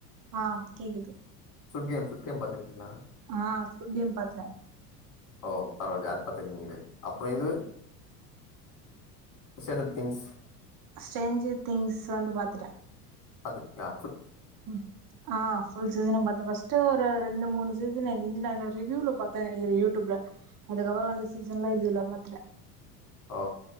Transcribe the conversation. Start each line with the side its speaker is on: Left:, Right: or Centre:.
Right: ஆஹ் கேக்குது
Left: ஃபுட் கேம் ஃபுட் கேம் பாத்துருக் கீங்ளா
Right: ஆ கேம் பாத்துட்டே
Left: ஓ பரவால்யே அது பாத் தெரியு வெளயாட அப்றோ இது சேன்ஜர் திங்ஸ்
Right: ஸ்ட்ரேஞ்ஜர் திங்ஸ் வந்து பாத்துடே
Left: அதுக்கா
Right: உம் ஆஹ் ஃபுல் சீசனு பாத்தே ஃபஸ்ட்டு ஒரு ரெண்டு மூணு சீசன்ல இ து நானு ரிவ்யூல பாத்தே ய யூட்டுப்ல அதுக்கப்பற வந்த சீசன்ல இது எல்லா பாதுட்டே
Left: ஓ